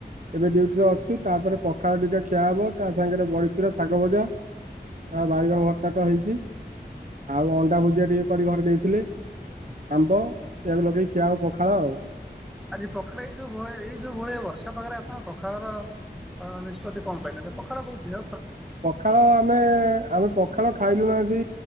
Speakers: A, on the right; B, in the centre.
A: ଏବେ ଡିୟୁଟି ଅଛୁ, ତାପରେ ପଖାଳ ଦିଟା ଖିଆ ହବ ତା ସାଙ୍ଗରେ ବଡିଚୁରା ଶାଗ ଭଜା। ଅ, ବାଇଗଣ ଭର୍ତ୍ତା ତ ହେଇଛି, ଆଉ ଅଣ୍ଡା ଭୁଜିଆ ଟିକେ କରି ଘରେ ଦେଇଥିଲେ। ଆମ୍ବ ସେଇଆକୁ ଲଗେଇ ଖିଆ ହବ ପଖାଳ ଆଉ।
B: ଆଜି ପଖାଳ ଏଇ ଯୋଉ ଭଳିଆ ଏଇ ଯୋଉ ଭଳିଆ ବର୍ଷା ପାାଗରେ ଆପଣ ପଖାଳର ଅଁ, ନିଷ୍ପତ୍ତି କଣ ପାଇଁ ନେଲେ? ପଖାଳ ତ ଦିହ
A: ପଖାଳ ଆମେ, ଆମେ ପଖାଳ ଖାଇଲୁଣୁ ଆସି